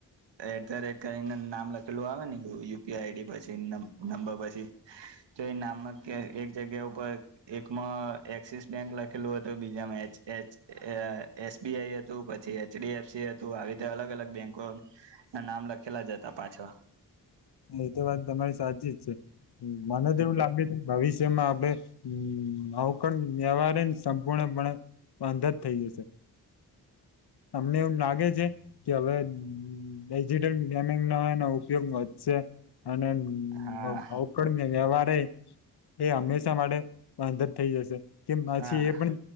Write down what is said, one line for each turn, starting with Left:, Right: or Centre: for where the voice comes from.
Right: એટ ધ રેટ કરીને નામ લખેલું આવે ને યુપીઆઈ આઈડી પછી, નંબર પછી તો એ નામક એક જગ્યા ઉપર એકમાં એક્સિસ બેંક લખી. પહેલું હતું બીજા એ એ એસબીઆઈ હતું પછી એચડી એફ છે ‌આવી રીતે અલગ અલગ બેંકો ના નામ લખેલા જ હતા પાછા.
Left: એતો વાત તમારી સાચી જ છે, મને તો એવું લાગે છે કે ભવિષ્ય જેમાં આપણે અવકણ વ્યહરેને સંપૂર્ણપણે અંધ જ થઇ જશે. તમને એવું લાગે છે, કે હવે ડિજીટલ ગેમિંગ ના એ ઉપયોગ અને
Right: હા
Left: ભકડ વ્યવહાર એ હંમેશા માટે અંદર થઇ જશે કે, પછી
Right: હા
Left: એ પણ